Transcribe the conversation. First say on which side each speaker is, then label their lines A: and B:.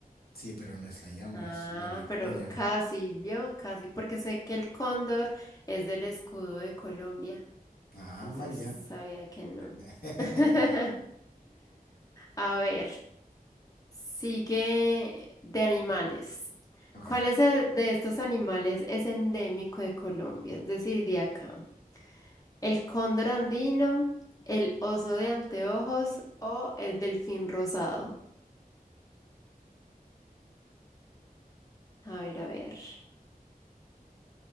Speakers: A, on the left; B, on the left.
A: Sí, pero no es la llama,
B: Ah,
A: es una vicuña.
B: pero casi, vio, casi, porque sé que el cóndor es del escudo de Colombia.
A: Ah,
B: Entonces
A: man, ya.
B: sabía que no.
A: <laughs>
B: <laughs> A ver, sigue de animales.
A: Ok.
B: ¿Cuál es el de estos animales es endémico de Colombia? Es decir, de acá. ¿El cóndor andino, el oso de anteojos o el delfín rosado? A ver, a ver.